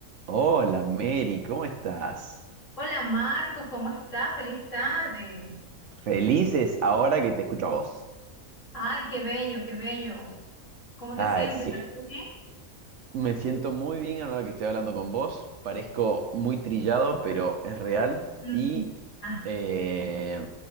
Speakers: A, on the right (about 65°); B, on the left (about 60°).
A: Hola Mary, ¿cómo estás?
B: Hola Marcos, ¿cómo está? Feliz tarde.
A: Felices ahora que te escucho a vos.
B: Ay, qué bello, qué bello. ¿Cómo
A: Ay,
B: te sientes?
A: sí.
B: ¿Estás bien?
A: Me siento muy bien ahora que estoy hablando con vos. Parezco muy trillado, pero es real.
B: Mm,
A: Y
B: Ah,
A: eh,